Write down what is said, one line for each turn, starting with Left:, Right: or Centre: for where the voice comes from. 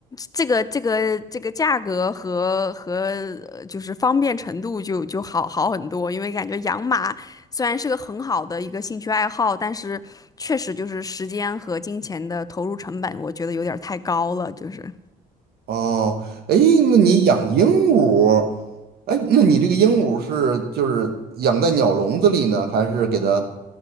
Left: 这个这个这个价格和和呃就是方便程度就就好好很多，因为感觉养马虽然是个很好的一个兴趣爱好，但是确实就是时间和金钱的投入成本，我觉得有点儿太高了。就是
Right: 哦，哎，那你养鹦鹉，哎，那你这个鹦鹉是就是养在鸟笼子里呢，还是给它